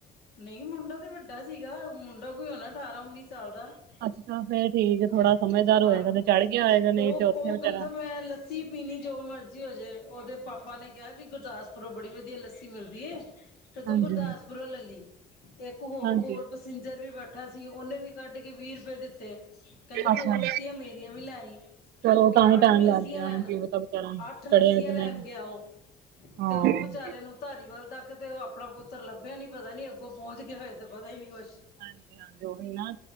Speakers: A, on the left; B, on the right.
A: ਨਹੀਂ ਮੁੰਡਾ ਤੇ ਵੱਡਾ ਸੀਗਾ। ਮੁੰਡਾ ਕੋਈ ਹੋਣਾ ਅਠਾਰਾਂ, ਉੱਨੀ ਸਾਲ ਦਾ। <unintelligible>
B: ਅੱਛਾ ਫੇਰ ਠੀਕ ਹੈ, ਥੋੜਾ ਸਮਝਦਾਰ
A: ਹਾਂ
B: ਹੋਏਗਾ ਤੇ ਚੜ੍ਹ ਗਿਆ ਹੋਏਗਾ ਨਹੀਂ
A: ਉਹ, ਉਹ
B: ਤੇ ਉੱਥੇ ਵਿਚਾਰਾ
A: ਕਹਿੰਦਾ ਮੈਂ ਲ ਲੱਸੀ ਪੀਣੀ ਜੋ ਮਰਜ਼ੀ ਹੋ ਜੇ, ਉਹਦੇ ਪਾਪਾ ਨੇ ਕਿਹਾ ਕਿ ਗੁਰਦਾਸਪੁਰੋਂ ਬੜੀ ਵਧੀਆ ਲੱਸੀ ਮਿਲਦੀ ਏ, ਤੇ ਤੂੰ
B: ਹਾਂਜੀ
A: ਗੁਰਦਾਸਪੁਰ ਲੈ ਲੀ, ਤੇ ਇੱਕ ਹੋਰ
B: ਹਾਂਜੀ
A: ਕੋਲ ਸਿੰਜਰ ਵੀ ਬੈਠਾ ਸੀ। ਉਹਨੇ ਵੀ ਕੱਢ ਕੇ ਵੀਹ ਰੁਪਏ ਦਿੱਤੇ। ਕਹਿੰਦਾ
B: ਅੱਛਾ
A: ਦੋ ਲੱਸੀਆਂ, ਮੇਰੀਆਂ ਵੀ ਲੈ ਆਈ।
B: ਚਲੋ
A: ਤੇ ਉਹ ਗਿਆ
B: ਤਾਂ ਹੀ
A: ਅੱਠ
B: ਟਾਈਮ
A: ਲੱਸੀਆਂ
B: ਲੱਗ ਗਿਆ
A: ਲੈਣ,
B: ਕੀ ਪਤਾ ਵਿਚਾਰਾ
A: ਅੱਠ ਲੱਸੀਆਂ
B: ਚੜਿਆ ਕਿ
A: ਲੈਣ
B: ਨਹੀਂ
A: ਗਿਆ ਉਹ
B: ਹਾਂ
A: ਤੇ ਉਹ ਵਿਚਾਰੇ ਨੂੰ ਧਾਰੀ ਵੱਲ ਤੱਕ ਤੇ ਉਹ ਆਪਣਾ ਪੁੱਤਰ ਲੱਭਿਆ ਨੀ, ਪਤਾ ਨੀ ਅੱਗੋਂ ਪਹੁੰਚ ਗਿਆ ਹੋਏ, ਤੇ ਪਤਾ ਹੀ ਨੀ ਕੁਛ
B: ਹਾਂਜੀ ਹਾਂਜੀ ਉਹੀ ਨਾ,